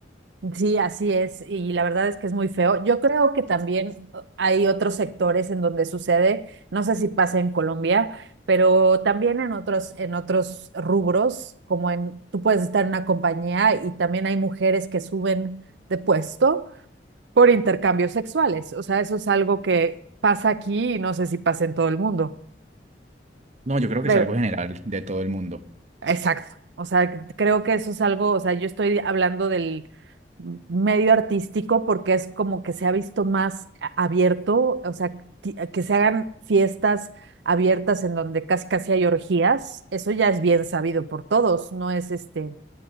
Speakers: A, on the right (about 75°); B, on the right (about 40°).
A: Sí, así es, y la verdad es que es muy feo. Yo creo que también uh, hay otros sectores en donde sucede, no sé si pasa en Colombia, pero también en otros, en otros rubros, como en, tú puedes estar en una compañía y también hay mujeres que suben de puesto por intercambios sexuales. O sea, eso es algo que pasa aquí y no sé si pasa en todo el mundo.
B: No, yo creo
A: Pero
B: que es algo general de todo el mundo.
A: Exacto. O sea, creo que eso es algo, o sea, yo estoy hablando del medio artístico porque es como que se ha visto más a- abierto, o sea, ti- eh, que se hagan fiestas abiertas en donde casi casi hay orgías, eso ya es bien sabido por todos, no es este,